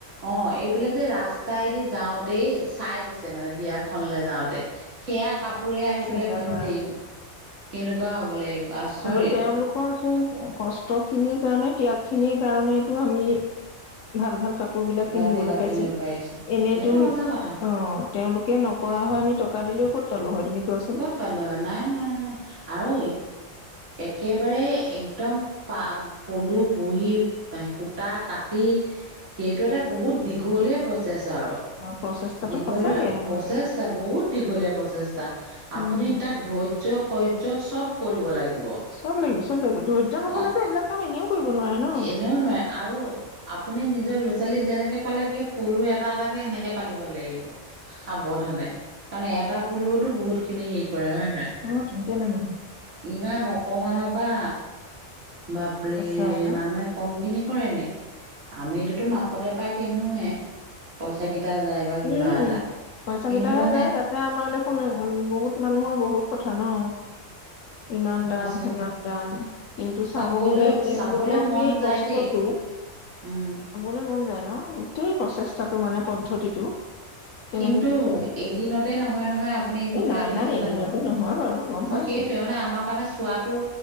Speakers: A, on the right; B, on the left.
A: অ, এইফালে যে ৰাস্তাইদি যাওঁতেই চাই গৈছে মানে বিয়াখনলে যাওঁতে সেয়া কাপোৰে আহি
B: চিন্তা
A: পেলাই পিন্ধিম
B: কৰা
A: কেনেকুৱা হ'ব লাগিব। আচৰিত
B: আৰু তেওঁলোকৰ সেই কষ্ট খিনিৰ কাৰণে ত্যাগ খিনিৰ কাৰণেতটো আমি ভাল, ভাল কাপোৰ বিলাক
A: ভালকে
B: পিন্ধিবলৈ
A: কাপোৰ
B: পাইছো
A: পিন্ধিব পাৰিছো
B: এনেতো
A: সেইটো
B: অ'।
A: সঁচা কথা
B: তেওঁলোকে নকৰা হয় আমি টকা দিলেও পলো হয় তুমি কোৱাচোন
A: ক'ত পালো নাই, নাই, নাই আৰু একেবাৰে একদম প পলু পুহি সূতা কাটি সেইটো এটা বহুত দীঘলীয়া। প্ৰচেছ আৰু
B: প্ৰচেষ্টাটো
A: দীঘলীয়া
B: সঁচাকে উম,
A: প্ৰচেছটা বহুত দীঘলীয়া প্ৰচেছটা। আপুনি
B: উম,
A: তাত ধৈৰ্য সহ্য চব কৰিব লাগিব।
B: চব লাগিব, চব লাগিব ধৈৰ্য নহলেটো
A: অ
B: এনেকুৱা কাম এনেও কৰিব নোৱাৰে ন।
A: এনেও নোৱাৰে আৰু। আপুনি নিজৰ ল'ৰা-ছোৱালীক যেনেকে পালে সেই পলু এটা এটাকে সেনেকে পালিব লাগিব। সাৱধানে কাৰণে এটা পুলেওতো বহুত খিনি হেৰি কৰে হয় নে নহয়।
B: অ, ত-তোললে নহয়।
A: ইমান অকমান নৰ বা বাপৰে।
B: সঁচাই ন।
A: মানুহে কম খিনি কৰে ন। আমিতোতো মাফতে পাই পিন্ধোৱে পইচা কেইটা যায়। বা কিবা
B: উমম,
A: এটা
B: খৰচা
A: কিন্তু
B: ফুটা হৈ
A: মানে
B: যায় তাত। যে আমাৰ দেখোন বহুত মানুহৰ বহুত কথা ন। ইমান দাম
A: সঁচাকে
B: সিমান দাম কিন্তু চাব
A: চাবলৈ
B: গ'লে তেওঁলোকৰ
A: চাবলে মন
B: সেই
A: যায়
B: কষ্টটো
A: দেই উম।
B: লৈ মন যায় ন গোটেই প্ৰচেষ্টাটো মানে পদ্ধতিটো কেনেকে
A: কিন্তু
B: কি কৰে
A: এদিনতে নহয়, নহয় আপুনি গৈ
B: এই
A: পেলাই
B: নাই
A: কেনেকে
B: নাই এদিনতে
A: চাব
B: নহয় বাৰু গম
A: ন
B: পাইছো
A: সেই মানে আমাৰ কাৰণে চোৱাটো